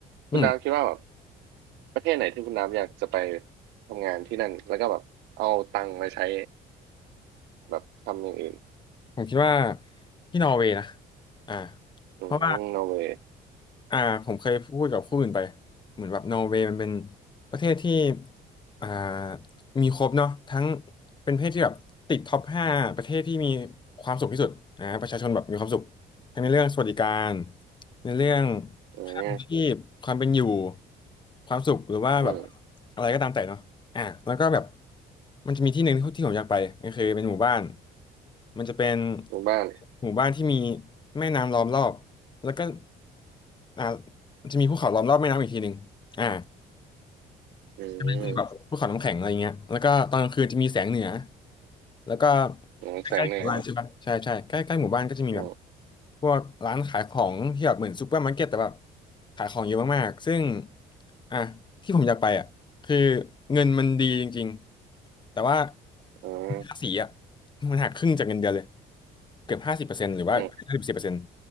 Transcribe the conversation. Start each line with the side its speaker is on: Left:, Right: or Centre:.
Right: คุณดาบคิดว่าแบบ
Left: อืม
Right: ประเทศไหนที่คุณดาบอยากจะไปทำงานที่นั่นแล้วก็แบบเอาตังค์มาใช้แบบทำอย่างอื่น
Left: ผมคิดว่าที่นอร์เวย์นะอ่า
Right: อืมนอร์เวย์
Left: เพราะว่า อ่าผมเคยพูดกับผู้อื่นไปเหมือนแบบนอร์เวย์มันเป็นประเทศที่อ่ามีครบเนาะทั้งเป็นประเทศที่แบบติดท็อปห้าประเทศที่มีความสุขที่สุดอ่าประชาชนแบบมีความสุขทั้งในเรื่องสวัสดิการในเรื่อง
Right: อืม
Left: ค่าครองชีพความเป็นอยู่ความสุขหรือว่าแบบ
Right: อืม
Left: อะไรก็ตามแต่เนาะ อ่ะแล้วก็แบบมันจะมีที่หนึ่งที่ที่ผมอยากไปก็คือเป็นหมู่บ้านมันจะเป็น
Right: หมู่บ้าน
Left: หมู่บ้านที่มีแม่น้ำล้อมรอบแล้วก็อ่ามันจะมีภูเขาล้อมรอบแม่น้ำอีกทีหนึ่งอ่า
Right: อืม
Left: ใช่ไมคือแบบภูเขาน้ำแข็งอะไรเงี้ยแล้วก็ตอนกลางคืนจะมีแสงเหนือ แล้วก็
Right: อืมแสงเหนือ
Left: ใกล้ๆหมู่บ้านใช่ปะใช่ใช่ใกล้ใกล้หมู่บ้านก็จะมีแบบ
Right: อืม
Left: พวกร้านขายของที่แบบเหมือนซูเปอร์มาร์เก็ตแต่แบบขายของเยอะมากๆซึ่งอ่ะที่ผมอยากไปอ่ะคือเงินมันดีจริงๆแต่ว่า
Right: อืม
Left: ภาษีอ่ะมันหักครึ่งจากเงินเดือนเลยเกือบห้าสิบเปอร์เซ็นต์หรือว่าห้าสิบเปอร์เซ็นต์
Right: อืม